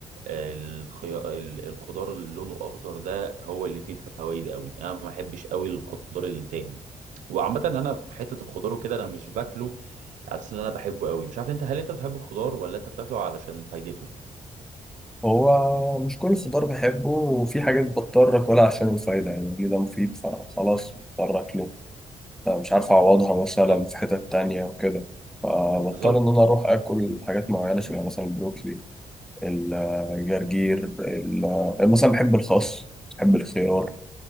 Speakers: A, on the right (about 80°); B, in the centre.
A: الخيا... ال- الخضار اللي لونه اخضر ده هو اللي فيه الفوائد قوي انا ما بحبش قوي الخضار التاني وعامة انا في حتة الخضار وكده انا مش باكله على اساس ان انا بحبه قوي مش عارف انت هل انت بتحب الخضار ولا انت بتاكله علشان فايدته
B: هو مش كل خضار بحبه وفي حاجات بضطر اكلها عشان الفايدة يعني ليه ده مفيد فخلاص بضطر اكله مش عارف اعوضها مثلا
A: بالظبط
B: في حتت تانية وكده فبضطر
A: بالظبط
B: ان انا اروح اكل حاجات معينة شبه مثلا البروكلي الجرجير ال- مثلا بحب الخس بحب الخيار